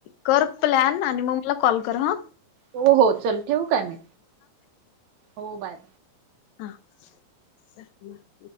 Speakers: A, on the left (about 80°); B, on the right (about 75°).
A: कर प्लॅन आणि मग मला कॉल कर हं.
B: हो हो चल ठेवू काय मी? हो बाय.
A: हां